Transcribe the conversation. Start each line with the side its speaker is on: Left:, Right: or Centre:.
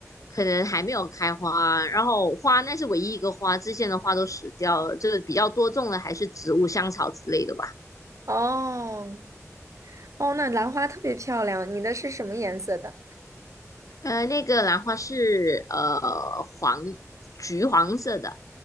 Left: 可能还没有开花。然后花那是唯一一个花，之前的花都死掉了。这个比较多种的还是植物、香草之类的吧。
Right: 哦，哦，那兰花特别漂亮，你的是什么颜色的？
Left: 呃，那个兰花是呃黄橘黄色的。